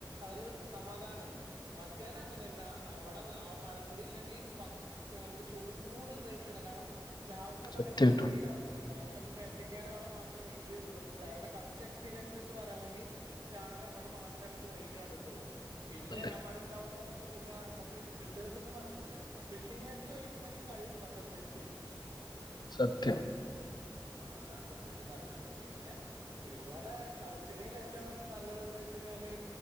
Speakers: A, on the right (about 55°); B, on the left (about 60°).
A: ആ ഒരു സമാധാനംണ്ട് മറ്റേത് അങ്ങനെയല്ല അവിടെ ആ മരം കൂടി ഇല്ലെങ്കിൽ പ നമുക്ക് ചൂട് സഹിച്ചൂല്ല കാരണം രാവിലത്തെ കളിക്കൊന്നും
B: സത്യമായിട്ടും
A: തീരടക്കൂല്ലേ രാവിലെ ഇപ്പോ ബാറ്റിംഗു കാര അവിടെ മാത്രേ വെയിലൂ വരൂള്ളൂ രാവില കളിച്ച എക്സ്പീരിയൻസ് പറയാങ്കിൽ രാവിലെ അവിടെ മാത്രമേ നമക്ക് വൈക കണ്ടിട്ടുള്ളു പിന്നെ
B: അതെ
A: ആ മരം ഉണ്ടാവോണ്ട് നമുക്ക് എന്ത്‌ല്ല നമ്മുക്ക് ഫീൽഡ് ഇത്ല്ല ഫീൽഡിംഗാർക്ക് വെയിയിലുണ്ടെങ്കിൽ കളി പെട്ടെന്ന് നിക്കുഅയ്
B: സത്യം
A: ആ അതാണ് സത്യത്തിൽ പറഞ്ഞാല് പിന്നെ ഇവിടെ കളിച്ചിണിൽ ഏറ്റവും നല്ലത് എന്താ വെച്ച കഴിഞ്ഞാല്